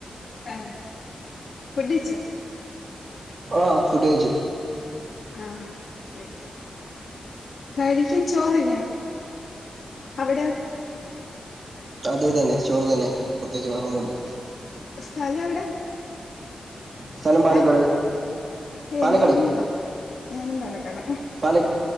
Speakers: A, on the left (about 60°); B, on the right (about 45°).
A: ഏ. ഫുഡയ്ച്ചൊ?
B: ആ. ഫുഡ്യ്ച്ചു.
A: ആ. ഓക്കെ ക്കെ. കഴിക്കാൻ ചോറന്നെയാ. അവിടെ?
B: അതെ തന്നെ. ചോറ് തന്നെ. പ്രത്യേകിച്ച് വേറൊന്നൂല്ല.
A: സ്തല എവിടെ.
B: സ്ഥലം പാലക്കാട്
A: ഏ. ഏ
B: പാലക്കാട്
A: ഞാനും പാലക്കാടാ. ഞാനും പാലക്കാട.
B: പാല